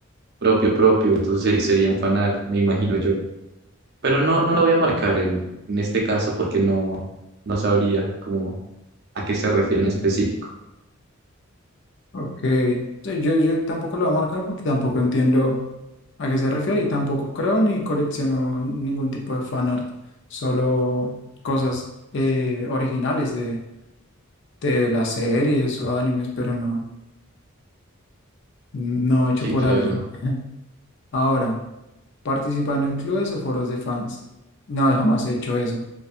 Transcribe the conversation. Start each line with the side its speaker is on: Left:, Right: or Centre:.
Right: propio propio, entonces sería un fanart, me imagino yo. Pero no, no lo voy a marcar en, en este caso porque no, no sabría cómo a qué se refiere en específico.
Left: ok. Sí, Yo, yo tampoco lo voy a marcar porque tampoco entiendo a qué se refiere y tampoco creo ni colecciono ningún tipo de fanart, solo cosas eh, originales de, de las series o animes, pero no, no hecho
Right: Sí,
Left: por
Right: claro.
Left: alguien. <laughs> Ahora, participando en clubes o foros de fans. No, jamás he hecho eso.